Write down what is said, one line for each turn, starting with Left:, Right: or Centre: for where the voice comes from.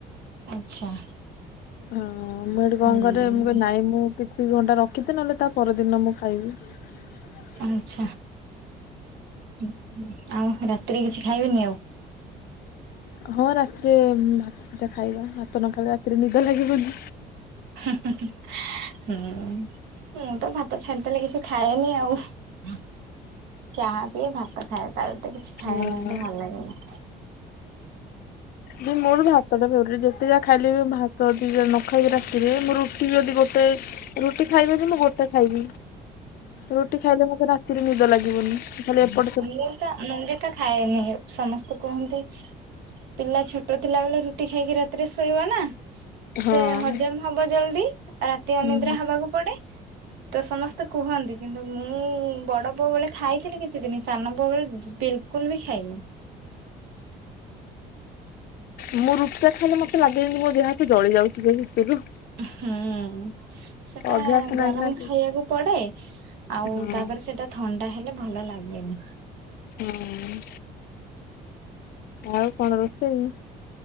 Right: ଆଛା।
Left: ହଁ ମୁଁ ହେଟୁ କଣ
Right: ହୁଁ
Left: କରେ ମୁ କରିନି ନାଇଁ ମୁଁ କିଛି ଘଣ୍ଟା ରଖିଦେ ନ ହେଲେ ତା ପରଦିନ ମୁଁ ଖାଇବି। ଧନ୍ୟବାଦ୍ <unintelligible>
Right: ଆଛା, ଆଉ ରାତିରେ କିଛି ଖାଇବେନି ଆଉ
Left: ହଁ ରାତିରେ ଭାତ ଦିଟା ଖାଇବା ଭାତ ନ ଖାଇଲେ ରାତିରେ ନିଦ ଲାଗିବନି।
Right: ହୁଁ ହୁଁ ହୁଁ ହୁଁ ମୁଁ ତ ଭାତ ଛାଡ଼ି ଦେଲେ କିଛି ଖାଏନି ଆଉ। ହୁଁ ଚାହା ବି ଭାତ ଖାଏ ତା ବ୍ୟତୀତ କିଛି ଖାଏ
Left: ହଁ
Right: ନି ମୋତେ ଭଲ ଲାଗେନି।
Left: ନାଇଁ ମୋର ଭାତ ଟା ଫେବରେଟ୍ ଯେତେ ଯା ଖାଇଲେ ବି ମୁଁ ଭାତ ଯଦି ନ ଖାଇବି ରାତିରେ ମୁ ରୁଟି ଯଦି ଗୋଟେ ରୁଟି ଖାଇବି ଯଦି ମୁଁ ଗୋଟେ ଖାଇବି ରୁଟି ଖାଇଲେ ମତେ ରାତିରେ ନିଦ ଲାଗିବନି। ତାହେଲେ ଏପଟେ
Right: ଅନ୍ୟତା ନନ୍ଦିତା ଖାଏନି ସମସ୍ତେ କୁହନ୍ତି ପିଲା ଛୋଟ ଥିଲାବେଳେ ରୁ ରୁଟି ଖାଇକି ରାତିରେ ଶୋଇବା ନା
Left: ହଁ।
Right: ସେ ହଜମ୍ ହବ ଜଲ୍ଦି ଆ ରାତି ଅନିଦ୍ରା
Left: ହୁଁ
Right: ହବାକୁ ପଡ଼େ ତ ସମସ୍ତେ କୁହନ୍ତି କିନ୍ତୁ ମୁଁ ବଡ଼ ପୁଅ ବେଳେ ଖାଇଥିଲି କିଛି <unintelligible> ସାନ ପୁଅ ବେଳେ ବିଲ୍‌କୁଲ୍‌ ବି ଖାଇନି।
Left: ମୁଁ ରୁଟି ଟା ଖାଇଲେ ମତେ ଲାଗେ ଯେମିତି ମୋ ଦେହ ହାତ ଜଳି ଯାଉଚି <unintelligible>
Right: ଉଁ ହୁଁ। ସେଟା
Left: ଅଭ୍ୟାସ ନାହିଁ
Right: ଗରମ
Left: ନା।
Right: ଖାଇବାକୁ ପଡ଼େ ଆଉ
Left: ହଁ
Right: ତାପରେ ସେଟା ଥଣ୍ଡା ହେଲେ ଭଲ ଲାଗେନି।
Left: ହୁଁ, ଆଉ କଣ ରୋଷେଇ?